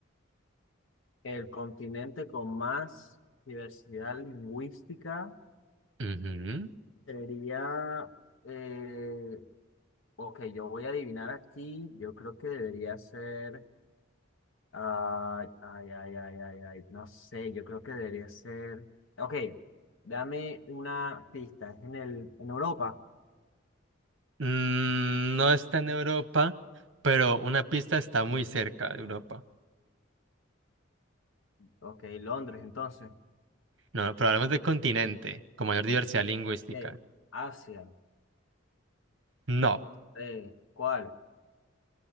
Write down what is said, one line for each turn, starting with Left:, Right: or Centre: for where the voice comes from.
Left: El continente con más diversidad lingüística
Right: Ujú.
Left: sería, eh, ok, yo voy a adivinar aquí, yo creo que debería ser, ay, ay, ay, ay, ay, ay, no sé, yo creo que debería ser, ok, dame una pista, es en el, en Europa,
Right: Mm, no está en Europa, pero una pista está muy cerca de Europa.
Left: ok, Londres entonces,
Right: No, pero hablamos de continente con mayor diversidad lingüística.
Left: Eh, Asia,
Right: No.
Left: eh, ¿cuál?